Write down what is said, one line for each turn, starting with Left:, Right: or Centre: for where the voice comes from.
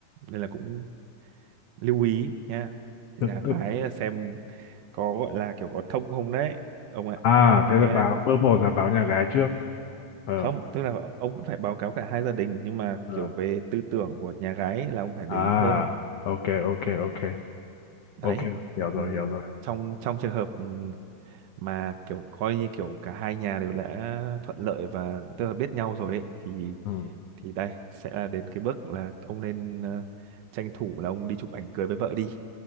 Right: nên là cũng lưu ý nha nhà
Left: Tức, tức.
Right: gái là xem có gọi là kiểu có thông không đấy ông ạ
Left: À, thế
Right: nha
Left: là báo bước một là báo nhà gái trước. Ờ,
Right: không tức là ông vẫn phải báo cáo cả hai gia đình nhưng mà
Left: ờ.
Right: kiểu về tư tưởng của nhà gái ấy là ông phải để
Left: À,
Right: ý hơn
Left: ok, ok, ok.
Right: đấy
Left: Ok, hiểu
Right: còn
Left: rồi, hiểu rồi.
Right: trong trong trường hợp mà kiểu coi như kiểu cả hai nhà đều đã thuận lợi và tức là biết nhau rồi ấy thì
Left: Ừ.
Right: thì đây sẽ là đến cái bước là ông nên ờ, tranh thủ là ông đi chụp ảnh cưới với vợ đi